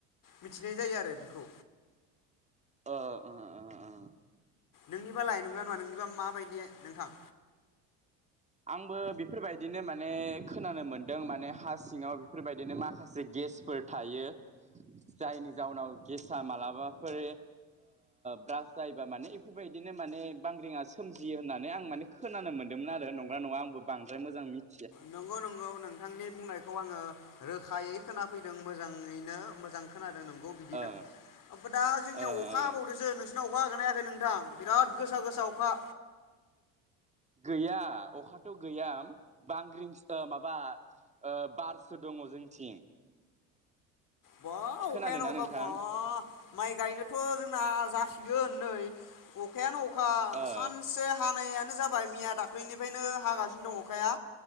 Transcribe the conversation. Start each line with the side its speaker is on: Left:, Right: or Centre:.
Left: मिथिनाय जायो आरो बेखौ
Right: ओ अ अ अ
Left: नोंनिबा लाय नंगौना नङा नोंनिबा माबायदि नोंथां
Right: आंबो बेफोरबायदिनो माने खोनानो मोनदों माने हा सिङाव बेफोरबायदिनो माखासे गेसफोर थायो जायनि जाउनाव गेसा मालाबाफोर ब्रास जायोबा माने बेफोरबायदिनो माने बांग्रिङा सोमजियो होननानै आं माने खोनानो मोन्दोंमोन आरो नं नंगौ नङा आंबो बांद्रायोजां मिथि
Left: नंगौ नंगौ नोंथांनि बुंनायखौ आङो रोखायै खोनाफैदों मोजाङैनो मोजां खोनादों नों औ बिदिनो
Right: ओ
Left: ओमफाय दा जोंनिया
Right: ओ
Left: अखा हाबावदोसो नोंसिनियाव अखा होगोन ना हायाखै नोंथां। बिराद गोसा गोसा अखा
Right: गैया अखथ गैया बांग्रिं सो माबा ओ बारसो दङ जोंथिं
Left: बा
Right: खोनादोंना
Left: अखायानो अखा
Right: नोंथां
Left: बा माइ गायनोथ जोंना जासिगोन नै अखायानो अखा
Right: ओ
Left: सानसे हानाया नो जाबाय मैया दाख्लैनिफ्रायनो हागासिनो दं अखाया